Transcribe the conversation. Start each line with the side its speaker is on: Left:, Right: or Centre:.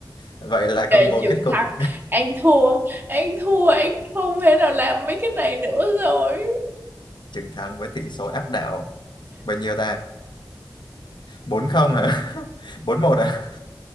Left: vậy là
Right: kề
Left: công bố
Right: trường
Left: kết cục
Right: thắng An thua An thua An không thể nào làm mấy cái này nữa rồi
Left: chiến thắng với tỷ số áp đảo bao nhiêu ta bốn không à <laughs> bốn một à